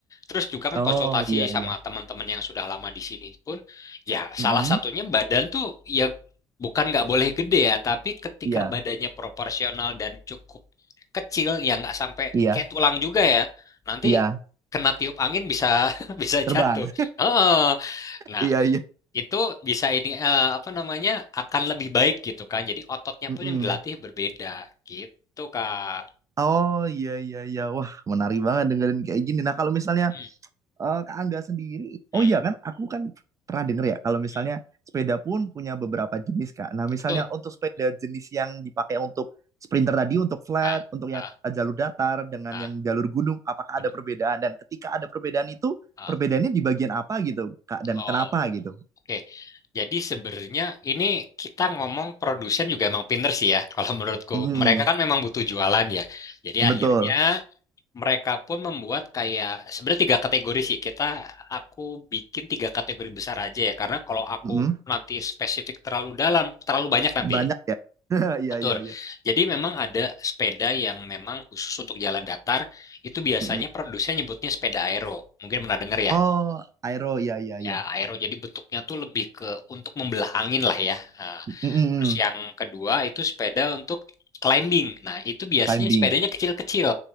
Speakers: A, on the left (about 35°); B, on the right (about 35°).
A: Terus juga kan
B: Oh
A: konsultasi
B: iya
A: sama
B: iya.
A: teman-teman yang sudah lama di sini pun, ya
B: Mm-mm.
A: salah satunya badan tuh ya bukan nggak boleh gede ya, tapi ketika
B: Iya
A: badannya proporsional dan cukup kecil ya nggak sampai
B: iya
A: kayak tulang juga ya, nanti
B: iya.
A: kena tiup angin bisa <laughs> bisa
B: Terbang.
A: jatuh. Oh, nah
B: Iya iya.
A: itu bisa ini eh, apa namanya akan lebih baik gitu kan. Jadi ototnya
B: Mm-mm.
A: pun yang dilatih berbeda gitu Kak.
B: Oh iya iya iya. Wah menarik banget dengerin kayak gini. Nah kalau misalnya
A: Hmm,
B: eh, Kak Angga sendiri,
A: hmm,
B: oh iya kan, aku kan pernah denger ya, kalau misalnya
A: hmm.
B: sepeda pun punya beberapa jenis, Kak. Nah, misalnya
A: Betul.
B: untuk sepeda jenis yang dipakai untuk sprinter tadi, untuk flat,
A: Ah,
B: untuk yang
A: ah,
B: jalur datar, dengan
A: ah.
B: yang jalur gunung, apakah
A: Bener.
B: ada perbedaan? Dan ketika ada perbedaan itu,
A: Ah.
B: perbedaannya di bagian apa gitu, Kak? Dan
A: Oh,
B: kenapa gitu?
A: oke. Jadi sebenarnya ini kita ngomong produsen juga emang pinter sih ya. Kalau menurutku,
B: Mm,
A: mereka kan memang butuh jualan ya. Jadi
B: betul.
A: akhirnya mereka pun membuat kayak sebenarnya tiga kategori sih. Kita aku bikin tiga kategori besar aja ya. Karena kalau aku
B: Mm,
A: nanti spesifik terlalu dalam, terlalu banyak nanti.
B: banyak
A: ya.
B: ya. <laughs> Iya,
A: Atur.
B: iya, iya.
A: Jadi memang ada sepeda yang memang khusus untuk jalan datar. Itu biasanya
B: Mm.
A: produsen nyebutnya sepeda aero. Mungkin pernah dengar
B: Oh,
A: ya.
B: aero, iya, iya, iya.
A: Ya, aero jadi bentuknya tuh lebih ke untuk membelah angin lah ya. Nah,
B: Mm, mm,
A: terus
B: mm.
A: yang kedua itu sepeda untuk climbing. Nah, itu biasanya
B: Climbing.
A: sepedanya kecil-kecil.